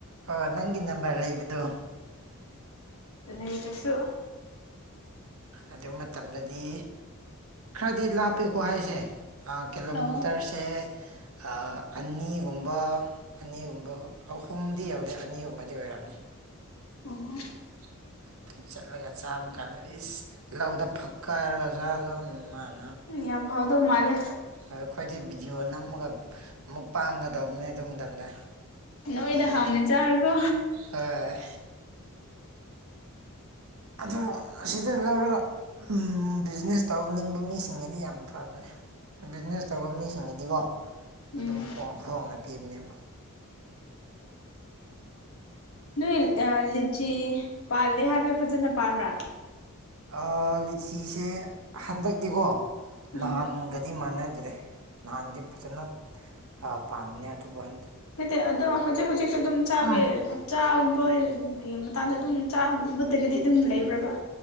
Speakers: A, on the right; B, on the left.
A: ꯑꯣ ꯅꯪꯒꯤ ꯅꯝꯕꯔ ꯂꯩꯕꯗꯣ
B: ꯂꯩꯔꯁꯨ
A: ꯑꯗꯨ ꯃꯇꯝꯗꯗꯤ ꯈꯔꯗꯤ ꯂꯥꯞꯄꯦꯀꯣ ꯍꯥꯏꯁꯦ ꯀꯤꯂꯣꯃꯤꯇꯔꯁꯦ
B: ꯑꯣ
A: ꯑꯥ ꯑꯅꯤꯒꯨꯝꯕ ꯑꯅꯤꯒꯨꯝꯕ ꯑꯍꯨꯝꯗꯤ ꯌꯨꯗꯦ ꯑꯅꯤꯒꯨꯝꯕꯗꯤ ꯑꯣꯏꯔꯝꯅꯤ
B: ꯎꯝ
A: <unintelligible> ꯆꯠꯂꯒ ꯆꯥꯕ ꯀꯥꯟꯗ ꯏꯁ ꯂꯧꯗ ꯐꯛꯀꯥꯏꯔꯒ ꯆꯥꯗꯨꯝ ꯃꯥꯥꯟ
B: ꯌꯥꯝ ꯍꯥꯎꯗꯧ ꯃꯥꯟꯂꯦ
A: ꯑꯩꯈꯣꯏꯗꯤ ꯚꯤꯗꯤꯑꯣ ꯅꯝꯃꯒ ꯃꯨꯛꯄꯥꯡꯒ ꯇꯧꯕꯅꯦ ꯑꯗꯨ ꯃꯇꯝꯗ
B: ꯅꯏꯗꯥ ꯈꯥꯎꯅꯤ ꯆ ꯑꯔꯀꯣ
A: ꯑ ꯑꯗꯨ ꯑꯁꯤꯗ ꯂꯧꯔꯒ ꯕꯤꯖꯤꯅꯦꯁ ꯇꯧꯅꯤꯡꯕ ꯃꯤꯁꯤꯡꯒꯗꯤ ꯌꯥꯝ ꯐꯕꯅꯤ ꯕꯤꯖꯤꯅꯦꯁ ꯇꯧꯕ ꯃꯤꯁꯤꯡꯒꯤꯗꯤꯀꯣ
B: ꯎꯝ
A: ꯑꯗꯨꯝ ꯍꯣꯡ ꯍꯣꯡꯅ ꯄꯤꯕꯅꯦꯕ
B: ꯅꯣꯏ ꯑꯥ ꯂꯤꯆꯤ ꯄꯥꯜꯂꯦ ꯍꯥꯏꯕꯗꯣ ꯐꯖꯅ ꯄꯥꯟꯕ꯭ꯔꯥ
A: ꯑꯥ ꯂꯤꯆꯤꯁꯦ ꯍꯟꯗꯛꯇꯤꯀꯣ
B: ꯎꯝ
A: ꯅꯍꯥꯟ ꯒꯗꯤ ꯃꯥꯟꯅꯗ꯭ꯔꯦ ꯅꯍꯥꯟꯗꯤ ꯐꯖꯅ ꯄꯥꯝꯃꯤꯅꯦ ꯑꯗꯨꯕꯨ ꯍꯟ
B: ꯅꯇꯦ ꯑꯗꯣ ꯍꯧꯖꯤꯛ ꯍꯧꯖꯤꯛꯁꯨ ꯑꯗꯨꯝ ꯆꯥ
A: ꯎꯝ
B: ꯆꯥꯕꯒꯤ ꯃꯇꯥꯡꯗ ꯑꯗꯨꯝ ꯆꯥꯕꯗꯒꯤꯗꯤ ꯑꯗꯨꯝ ꯂꯩꯕ꯭ꯔꯕ